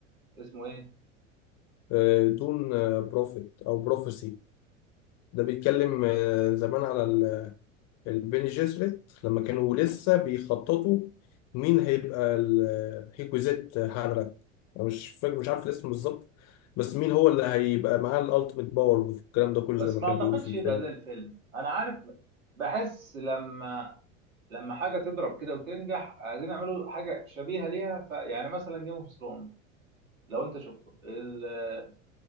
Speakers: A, on the right (about 85°); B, on the left (about 40°).
A: اسمه ايه
B: آه، دون آه، بروفيت او بروفيسي ده بيتكلم آه، زمان على ال- البيني جيسريت لما كانوا لسه بيخططوا مين هيبقى الهيكوزيت هانراك انا مش فاكر مش عارف الاسم بالظبط بس مين هو اللي هيبقى معاه الالتيميت باور والكلام ده كله
A: بس
B: زي ما
A: ما
B: كانوا
A: اعتقدش
B: بيقولوا في الفيلم
A: يبقى زي الفيلم انا عارف بحس لما لما حاجه تضرب كده وتنجح عايزين يعملوا حاجه شبيهه ليها ف... يعني مثلا جيم اوف ثرونز لو انت شفته ال-